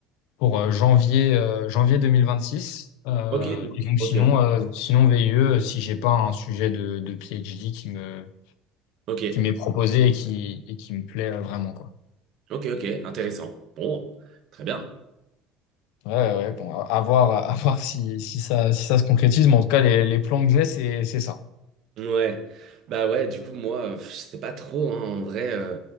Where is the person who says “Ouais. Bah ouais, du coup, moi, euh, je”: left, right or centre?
Right